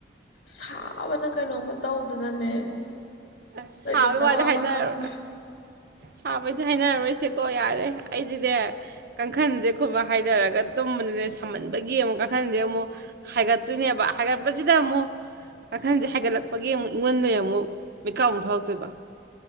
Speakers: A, on the left; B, on the right.
A: ꯁꯥꯕꯅ ꯀꯩꯅꯣꯝꯃ ꯇꯧꯗꯅꯅꯦ
B: ꯑꯁ
A: ꯂꯩꯐꯝ
B: ꯁꯥꯕꯩ
A: ꯆꯥꯐꯝ
B: ꯋꯥꯗꯤ
A: ꯑꯃ
B: ꯍꯥꯏꯅꯔꯣꯏ
A: ꯈꯪꯗ꯭ꯔꯦ
B: ꯁꯥꯕꯩꯗꯤ ꯍꯥꯏꯅꯔꯔꯣꯏꯁꯦꯀꯣ ꯌꯥꯔꯦ ꯑꯩꯗꯤꯅꯦ ꯀꯥꯡꯈꯟꯖꯦ <unintelligible> ꯍꯥꯏꯗꯔꯒ ꯇꯨꯝꯕꯅꯤꯅꯦ ꯁꯥꯃꯟꯕꯒꯤ ꯑꯃꯨꯛ ꯀꯥꯡꯈꯟꯁꯦ ꯑꯃꯨꯛ ꯍꯥꯏꯒꯠꯇꯣꯏꯅꯦꯕ ꯍꯥꯏꯒꯠꯄꯖꯤꯗ ꯑꯃꯨꯛ ꯀꯈꯟꯖꯦ ꯍꯥꯏꯒꯠꯂꯛꯄꯒꯤ ꯑꯃꯨꯛ ꯏꯪꯃꯟꯕꯩ ꯑꯃꯨꯛ ꯃꯤꯀꯞ ꯑꯃꯨꯛ ꯊꯣꯛꯂꯛꯇꯣꯏꯕ